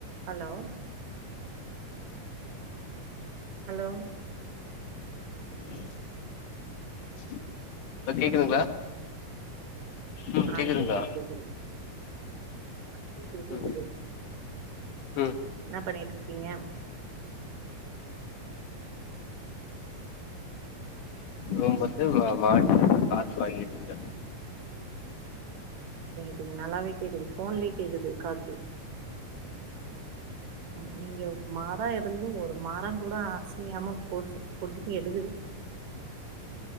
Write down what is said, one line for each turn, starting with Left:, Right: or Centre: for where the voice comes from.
Right: Hello hello
Left: <inaudible> இப்ப கேக்குதுங்களா ம் கேக்குதுங்களா
Right: அ கேக்குது கேக்குது அ கேக்குது கேக்குது
Left: ம் ம்
Right: இன்ன பண்ணிட்டுருக்கீங்க ம்
Left: ரேம் வந்து வ மாட் காத்து வாங்கிட்டுருக்க
Right: ங்க நல்லாவே கேக்குது ஃபோன்லயே கேக்குது காத்து ம் இங்க உப்மா ந இருந்து ஒரு மரங்கூட அசயாம கொசு பொடுங்கி எடுக்குது